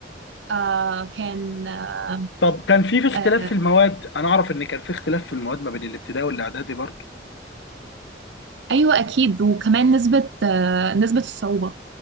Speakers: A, on the right; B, on the left.
A: آه كان آه
B: طب كان في في اختلاف
A: آه
B: في المواد انا اعرف ان كان في اختلاف في المواد ما بين الابتدائي والاعدادي برضه
A: ايوه اكيد وكمان نسبه آه نسبه الصعوبه